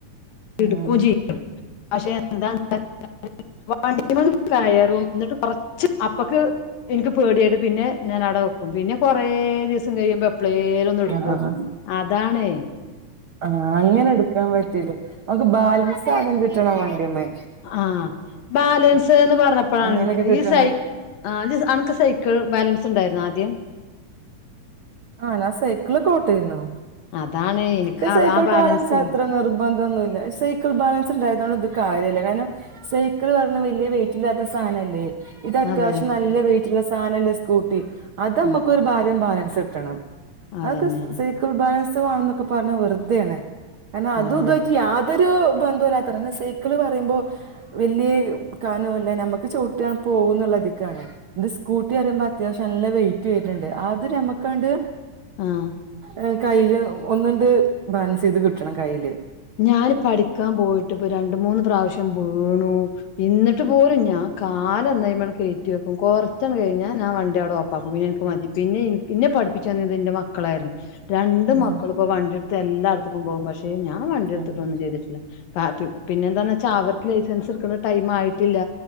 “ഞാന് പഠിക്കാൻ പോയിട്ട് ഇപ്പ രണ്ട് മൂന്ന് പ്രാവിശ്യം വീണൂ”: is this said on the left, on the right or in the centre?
Left